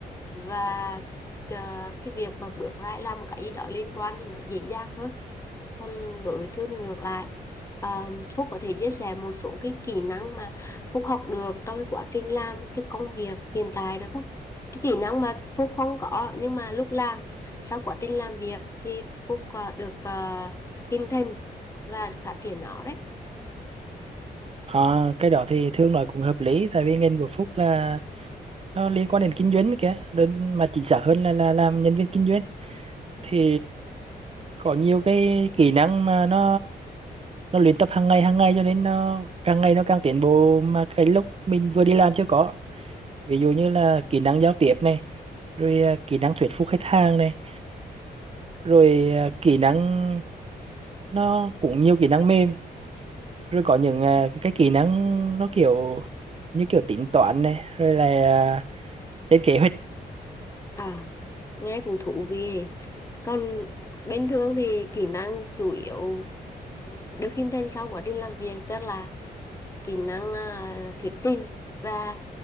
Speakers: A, on the left (about 15°); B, on the right (about 35°).
A: và ờ, cái việc mà bước ra làm một cái gì đó liên quan thì nó dễ dàng hơn còn đối với Thương thì ngược lại à, Phúc có thể chia sẻ một số cái kỹ năng mà Phúc học được trong cái quá trình làm cái công việc hiện tại được không cái kỹ năng mà Phúc không có nhưng mà lúc làm sau quá trình làm việc thì Phúc à, được à, hình thành và phát triển nó đấy
B: à, cái đó thì Thương nói cũng hợp lý tại vì ngành của Phúc là nó liên quan đến kinh doanh đấy kìa đơn mà chính xác hơn là là làm nhân viên kinh doanh thì có nhiều cái kỹ năng mà nó nó luyện tập hàng ngày hàng ngày cho nên nó càng ngày nó càng tiến bộ mà cái lúc mình vừa đi làm chưa có ví dụ như là kỹ năng giao tiếp này rồi à, kỹ năng thuyết phục khách hàng này rồi à, kỹ năng nó cũng nhiều kỹ năng mềm rồi có những à, cái kỹ năng nó kiểu như kiểu tính toán này rồi là à, lên kế hoạch
A: à nghe cũng thú vị nhỉ. còn bên Thương thì kỹ năng chủ yếu ừ, được hình thành sau quá trình làm việc chắc là kỹ năng à, thuyết trình và